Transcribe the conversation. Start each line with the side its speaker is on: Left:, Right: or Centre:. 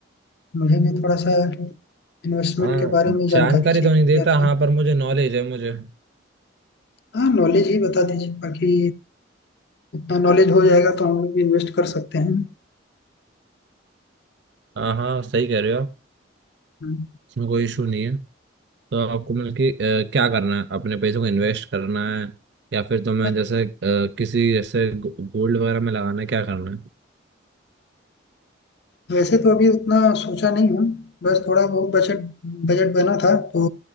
Left: मुझे भी थोड़ा सा इन्वेस्टमेंट
Right: हाँ
Left: के बारे में जानकारी
Right: जानकारी
Left: चाहिए
Right: तो नहीं
Left: थी
Right: देता
Left: आपसे
Right: हाँ पर मुझे नॉलेज है मुझे
Left: हाँ नॉलेज ही बता दीजिए बाकी उतना नॉलेज हो जाएगा तो हम लोग भी इन्वेस्ट कर सकते हैं
Right: हाँ हाँ सही कह रहे हो आप
Left: हम्म,
Right: इसमें कोई इशू नहीं है तो आपको मतलब कि अ, क्या करना है अपने पैसों को इन्वेस्ट करना है या फिर तुम्हें
Left: हाँ,
Right: जैसे अ, किसी जैसे गोल्ड वगैरह में लगाना है क्या करना है
Left: वैसे तो अभी उतना सोचा नहीं हूँ बस थोड़ा बहुत बजट बजट बना था तो